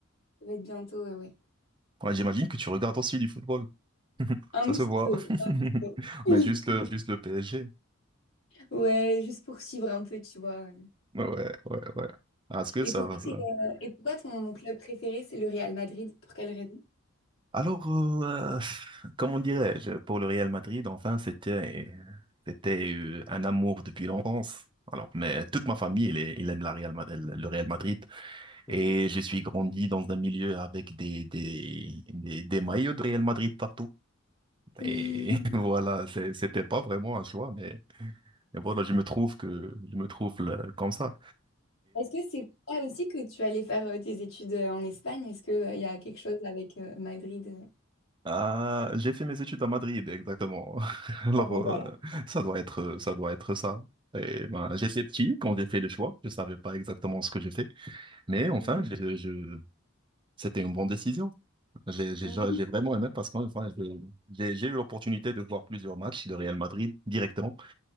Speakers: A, on the left; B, on the right.
A: ça va être bientôt, ouais, ouais.
B: Ouais, j'imagine que tu regardes aussi du football,
A: Un
B: ça
A: petit
B: se voit.
A: peu.
B: <laughs>
A: <laughs>
B: Mais juste le juste le PSG.
A: Ouais, juste pour suivre un peu, tu vois.
B: Ouais, ouais, ouais. Ah, Est-ce que
A: Et
B: ça
A: pourquoi,
B: va ça?
A: t'es, euh, et pourquoi ton club préféré, c'est le Real Madrid? Pour quelle raison?
B: Alors, euh, euh, comment dirais-je, pour le Real Madrid, enfin, c'était, c'était euh, un amour depuis l'enfance. Alors, mais toute ma famille, elle, est- elle aime la Real, Ma- le Real Madrid.
A: <laughs>
B: Et je suis grandi dans un milieu avec des, des, des, des maillots de Real Madrid partout.
A: Mhm.
B: Et <laughs> voilà, c'est- c'était pas vraiment un choix, mais, mais voilà, je me trouve que, je me trouve euh, comme ça.
A: Est-ce que c'est pour ça aussi que tu allais faire euh, tes études euh, en Espagne? Est-ce qu'il y a quelque chose avec euh, Madrid? euh
B: Ah, j'ai fait mes études à Madrid, exactement. <laughs> Alors,
A: Ah ben voilà.
B: euh, ça doit être, ça doit être ça. Et ben, j'étais petit quand j'ai fait le choix. Je savais pas exactement ce que j'ai fait. Mais enfin,
A: Mm.
B: je, je- c'était une bonne décision. J'ai, j'ai,
A: Oui.
B: j'ai vraiment aimé parce qu'en enfin, j'ai, j'ai j'ai eu l'opportunité de voir plusieurs matchs de Real Madrid directement.